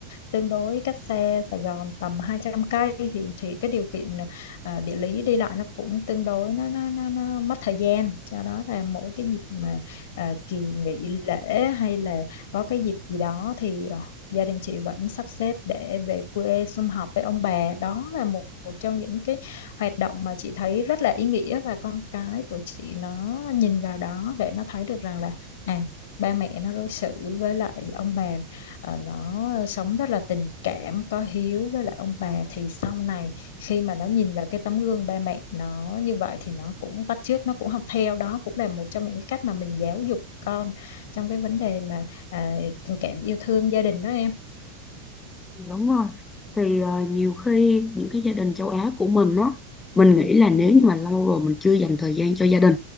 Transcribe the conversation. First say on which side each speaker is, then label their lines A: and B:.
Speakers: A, on the left; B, on the left.
A: tương đối cách xe Sài Gòn tầm hai trăm cây thì thì cái điều kiện à, địa lý đi lại nó cũng tương đối nó nó nó, nó mất thời gian cho đó là mỗi cái dịp mà à, kỳ nghỉ lễ hay là có cái dịp gì đó thì à, gia đình chị vẫn sắp xếp để về quê sum họp với ông bà đó là một một trong những cái hoạt động mà chị thấy rất là ý nghĩa và con cái của chị nó nhìn vào đó để nó thấy được rằng là à ba mẹ nó đối xử với lại ông bà Ờ, nó sống rất là tình cảm có hiếu với lại ông bà thì sau này khi mà nó nhìn vào cái tấm gương ba mẹ nó như vậy thì nó cũng bắt chước nó cũng học theo đó cũng là một trong những cái cách mà mình giáo dục con trong cái vấn đề mà à, tình cảm yêu thương gia đình đó em
B: Dạ, Đúng rồi. Thì ờ, nhiều khi những cái gia đình châu Á của mình á, mình nghĩ là nếu như mà lâu rồi mình chưa dành thời gian cho gia đình